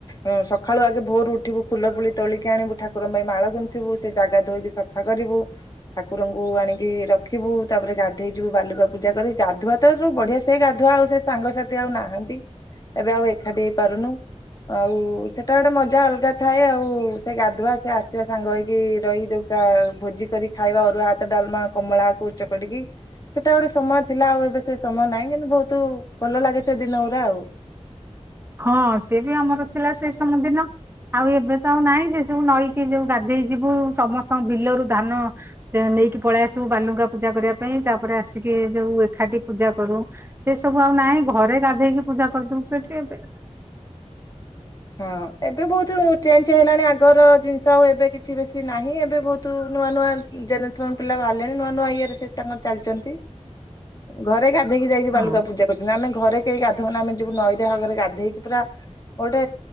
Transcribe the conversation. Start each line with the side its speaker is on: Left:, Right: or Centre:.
Left: ହଁ ସକାଳୁ ଆଗେ ଭୋରୁ ଉଠିବୁ ଫୁଲ ଫୁଲି ତୋଳିକି ଆଣିବୁ ଠାକୁରଙ୍କ ପାଇଁ ମାଳ ଗୁନ୍ଥିବୁ ସେ ଜାଗା ଧୋଇକି ସ ଫା କରିବୁ ଠାକୁରଙ୍କୁ ଆଣିକି ରଖିବୁ ତାପରେ ଗାଧେଇ ଯିବୁ ବାଲୁଙ୍କା ପୂଜା କରି ଗାଧୁଆ ତ ଯୋଉ ବଢିଆ ସେ ଗାଧୁଆ ଆଉ ସେ ସାଙ୍ଗ ସାଥି ଆଉ ନାହାନ୍ତି। ଏବେ ଆଉ ଏକାଠି ହେଇପାରୁନୁ ଆଉ ସେଟା ଗୋଟେ ମଜା ଅଲଗା ଥାଏ ଆଉ ସେ ଗା ଧୁଆ ସେ ଆସିବା ସାଙ୍ଗ ହେଇକି ରହିଯାଉ। ତ ଭୋଜି କରି ଖାଇବା ଅରୁଆ ଭାତ ଡାଲମା କମଳାକୁ ଚକଟିକି ସେଟା ଗୋଟେ ସ ସମୟ ଥିଲା ଆଉ ଏବେ ସେ ସମୟ ନାହିଁ କିନ୍ତୁ ବହୁତ ଭଲ ଲାଗେ ସେ ଦିନ ଗୁରା ଆଉ।
Right: ହଁ ସେ ବି ଆମର ଥିଲା ସେ ସବୁ ଦିନ। ଆଉ ଏବେ ତ ଆଉ ନାହିଁ ଯେ ଯୋଉ ନଈକି ଯୋଉ ଗାଧେଇ ଯିବୁ ସମସ୍ତଙ୍କ ବିଲରୁ ଧାନ ଯୋଉ ନେଇକି ପଳେଇ ଆସିବୁ ବାଲୁଙ୍କା ପୂଜା କରିବା ପାଇଁ ତାପରେ ଆସିକି ଏ ଯୋଉ ଏକାଠି ପୂଜା କରୁ। ସେ ସବୁ ଆଉ ନାହିଁ ଘରେ ଗାଧେଇକି ପୂଜା କରିଦଉଛୁ ଏଠି ଏବେ।
Left: ହଁ ଏବେ ବହୁତ ଚେଞ୍ଜ୍ ହେଲାଣି ଆଗର ଜିନିଷ ଆଉ ଏବେ କିଛି ବେଶୀ ନାହିଁ ଏବେ ବହୁତ ନୂଆ ନୂଆ ଜେନେରେସନ୍ ପିଲା ବାହାରିଲେଣି ନୂଆ ନୂଆ ଇଏରେ ସେ ତାଙ୍କର ଚାଲିଛନ୍ତି। ଘରେ ଗାଧେଇକି ଯାଇକି ବାଲୁକା
Right: ହଁ।
Left: ପୂଜା କରୁଛନ୍ତି ଆମେ ଘରେ କେହି ଗାଧଉନା ଆମେ ଯିବୁ ନଈରେ ଭଲରେ ଗାଧେଇକି ପୁରା ଗୋଟେ